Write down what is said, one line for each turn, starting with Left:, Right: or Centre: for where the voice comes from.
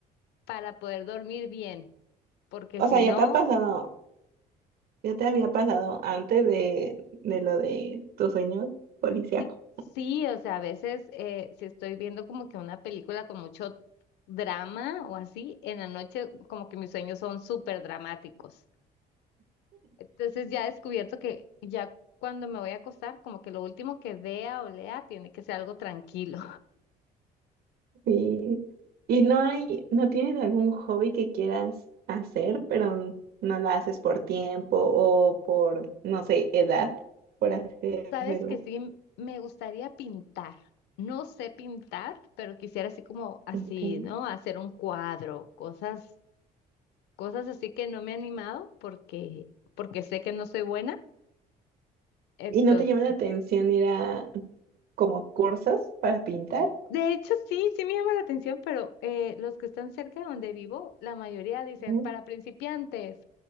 Left: para poder dormir bien, porque
Right: O
Left: si
Right: sea, ya
Left: no,
Right: te ha pasado, ya te había pasado antes de, de lo de tu sueño policiaco.
Left: sí, sí, o sea, a veces eh, si estoy viendo como que una película con mucho drama o así, en la noche como que mis sueños son súper dramáticos. Entonces ya he descubierto que ya cuando me voy a acostar, como que lo último que vea o lea tiene que ser algo tranquilo.
Right: Sí. ¿Y no hay, no tienes algún hobby que quieras hacer, pero n- no lo haces por tiempo o por, no sé, edad, por así
Left: Sabes
Right: decirlo?
Left: que sí, me gustaría pintar. No sé pintar, pero quisiera así como así,
Right: Ok.
Left: ¿no? Hacer un cuadro, cosas, cosas así que no me he animado porque, porque sé que no soy buena. Entonces,
Right: ¿Y no te llama la atención ir a como cursos para pintar?
Left: de hecho sí, sí me llama la atención, pero eh, los que están cerca de donde vivo, la mayoría dicen
Right: Ujú.
Left: para principiantes.